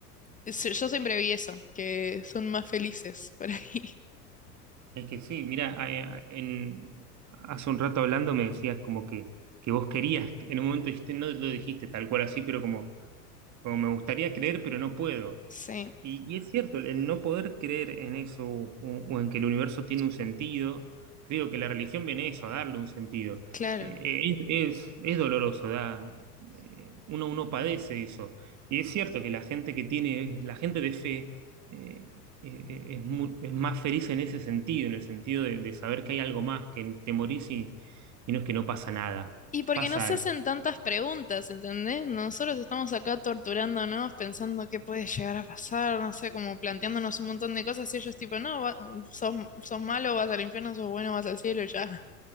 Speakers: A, on the left; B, on the right.
A: yo siempre vi eso, que son más felices por ahí.
B: Es que sí, mira, a- a- en- hace un rato hablando me decías como que, que vos querías, en un momento dijiste, no lo dijiste tal cual así, pero como, como me gustaría creer, pero no puedo.
A: Sí,
B: Y, y es cierto, el, el no poder creer en eso o, o en que el universo tiene un sentido, creo que la religión viene eso, a darle un sentido.
A: claro.
B: Eh, eh, es, es- es doloroso, da, eh, uno, uno padece eso. Y es cierto que la gente que tiene, la gente de fe, eh, eh, es, mu- es más feliz en ese sentido, en el sentido de, de saber que hay algo más, que te morís y, y no es que no pasa nada,
A: Y porque
B: pasa
A: no se
B: algo.
A: hacen tantas preguntas, ¿entendés? Nosotros estamos acá torturándonos, pensando qué puede llegar a pasar, no sé, como planteándonos un montón de cosas y ellos tipo, no, va- sos, sos malo, vas al infierno, sos bueno, vas al cielo y ya.